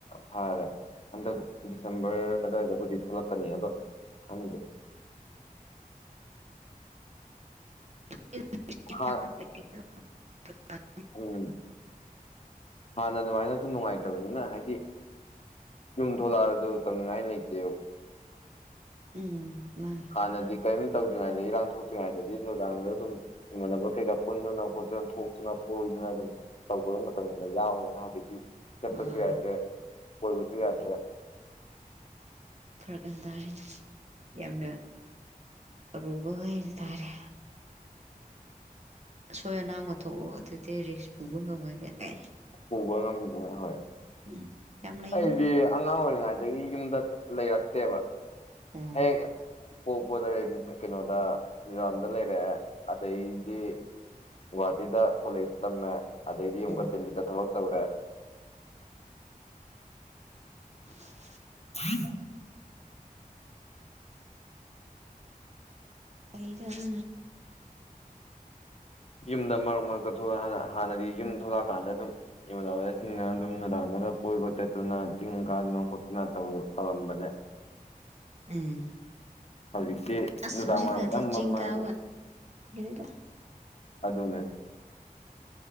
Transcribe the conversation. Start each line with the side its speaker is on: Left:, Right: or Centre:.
Left: ꯐꯥꯔꯦ ꯍꯟꯗꯛ ꯗꯤꯁꯦꯝꯕꯔ ꯑꯋꯥꯏꯗꯕꯨꯗꯤ ꯊꯣꯛꯂꯛꯀꯅꯤ ꯑꯗꯣ ꯈꯪꯗꯦ
Right: <inaudible>
Left: ꯍꯥꯟ ꯎꯝ ꯍꯥꯟꯅ ꯑꯗꯨꯃꯥꯏꯅꯁꯨ ꯅꯨꯡꯉꯥꯏꯇꯕꯅꯤꯅ ꯍꯥꯏꯗꯤ ꯌꯨꯝ ꯊꯣꯛꯂꯛꯑꯁꯨ ꯇꯝꯅꯤꯡꯉꯥꯏ ꯂꯩꯇꯦꯕ
Right: ꯎꯝ ꯃꯥꯅꯦ
Left: ꯍ ꯅꯗꯤ ꯀꯔꯤꯝ ꯇꯧꯗ꯭ꯔꯤꯉꯩꯗ ꯏꯔꯥꯡ ꯊꯣꯛꯇ꯭ꯔꯤꯉꯩꯗꯗꯤ ꯅꯨꯡꯗꯥꯡꯗ ꯑꯗꯨꯝ ꯏꯃꯥꯟꯅꯕ ꯀꯩꯀꯥ ꯄꯨꯟꯗꯨꯅ ꯈꯣꯅ ꯊꯣꯛꯇꯨꯅ ꯀꯣꯏꯗꯨꯅ ꯑꯗꯨꯝ ꯇꯕ ꯃꯇꯝꯗ ꯌꯥꯎꯕꯅ ꯍꯧꯖꯤꯛꯇꯤ ꯆꯠꯄꯁꯨ
Right: ꯑꯥ
Left: ꯌꯥꯏꯗ꯭ꯔꯦ ꯀꯣꯏꯕꯁꯨ ꯌꯥꯏꯗ꯭ꯔꯦ
Right: ꯐꯔꯛꯑ ꯇꯥꯔꯦꯅꯦ ꯌꯥꯝꯅ ꯑꯔꯨꯕ ꯑꯣꯏꯇꯥꯥꯔꯦ ꯑꯁꯣꯏ ꯑꯅꯥꯝꯅ ꯊꯣꯛꯑꯣ ꯑꯗꯨꯗꯤ ꯔꯤꯛꯁ ꯄꯨꯕ ꯉꯝꯃꯣꯏ ꯀꯩ ꯀ
Left: ꯄꯨꯕ ꯉꯝꯗꯦ ꯍꯣꯏ
Right: ꯎꯝ ꯌꯥꯝ ꯂꯩꯕꯅꯤꯅ
Left: ꯑꯩꯗꯤ ꯑꯉꯥꯡ ꯑꯣꯏꯔꯤꯉꯩ ꯑꯗꯒꯤ ꯌꯨꯝꯗ ꯂꯩꯔꯛꯇꯦꯕ
Right: ꯑꯦ
Left: ꯍꯦꯛ ꯄꯣꯛꯄꯗ ꯀꯩꯅꯣꯗ ꯃꯤꯔꯝꯗ ꯂꯩꯔꯛꯑꯦ ꯑꯗꯩꯗꯤ ꯋꯥꯗꯗ ꯐꯂ ꯏꯁꯇꯝ ꯑꯗꯩꯗꯤ ꯑꯃꯨꯛꯀ
Right: ꯎꯝ
Left: ꯗꯔꯤꯖꯤꯗ ꯊꯕꯛ ꯇꯧꯈ꯭ꯔꯦ
Right: <inaudible>
Left: ꯍꯥ
Right: ꯑꯩꯩꯔ ꯑꯗꯨ <inaudible>
Left: ꯌꯨꯝꯗ ꯃꯔꯛ ꯃꯔꯛꯇ ꯊꯣꯛꯂꯛ ꯍꯥꯟꯅ ꯍꯥꯟꯅꯗꯤ ꯌꯨꯝ ꯊꯣꯛꯂꯛꯑꯀꯥꯟꯗ ꯑꯗꯨꯝ ꯏꯃꯟꯅꯕꯁꯤꯡꯅ ꯑꯗꯨꯝ ꯅꯨꯡꯗꯥꯡ ꯒ ꯀꯣꯏꯕ ꯆꯠꯇꯨꯅ ꯆꯤꯡ ꯀꯥꯗꯅ ꯈꯣꯠꯇꯨꯅ ꯇꯧꯔꯝꯕꯅꯦ
Right: ꯎꯝ
Left: ꯍꯧꯖꯤꯛꯇꯤ
Right: ꯑꯁꯖꯤ
Left: ꯅꯨꯡꯗꯥꯡ ꯋꯥꯏꯔꯝ
Right: ꯀꯗꯤ
Left: ꯈꯤꯇꯪ ꯃꯝꯃꯗꯤ
Right: ꯆꯤꯡꯀꯗ ꯀ
Left: ꯑꯗꯨ ꯑꯗꯨꯅꯦ